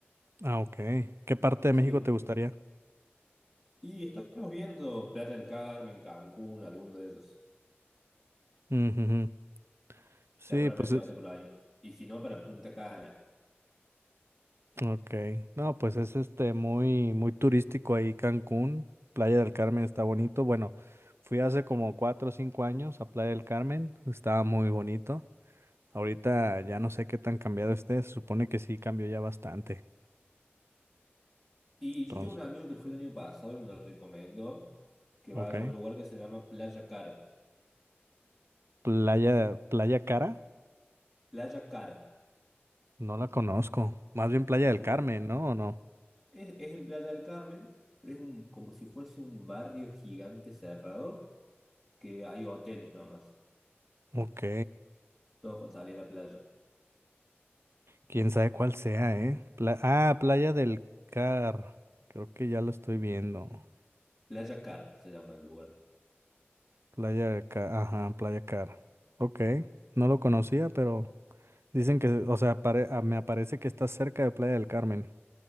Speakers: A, on the right; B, on the left.
A: Ah, ok. ¿Qué parte de
B: Sí,
A: México te gustaría?
B: y estamos viendo Playa del Carmen, Cancún, alguno de ellos.
A: Ujú, Sí,
B: Seguramente
A: pues es...
B: va a ser por ahí. Y si no, para Punta Cana.
A: Ok. No, pues es este muy, muy turístico ahí Cancún. Playa del Carmen está bonito. Bueno, fui hace como cuatro o cinco años a Playa del Carmen. Estaba muy bonito. Ahorita ya no sé qué tan cambiado esté. Se supone que sí cambió ya bastante.
B: Y yo
A: Entonces,
B: tengo un amigo que fue el año pasado y me lo recomendó que
A: ok.
B: vaya a un lugar que se llama Playa Cara.
A: Playa, Playa Cara,
B: Playa Cara.
A: no la conozco. Más bien Playa
B: Es,
A: del
B: como,
A: Carmen, ¿no? ¿O no?
B: es, es en Playa del Carmen, pero es un, como si fuese un barrio gigante cerrado que hay hoteles nomás,
A: Ok.
B: todos con salida a la playa.
A: Quién sabe cuál sea, ¿eh? Pla- ah, Playa del Car. Creo que ya lo estoy viendo.
B: Playa Cara se llama el lugar.
A: Playa Car. Ajá, Playa Car. Ok. No lo conocía, pero dicen que, o sea, pare- ah, me aparece que está cerca de Playa del Carmen.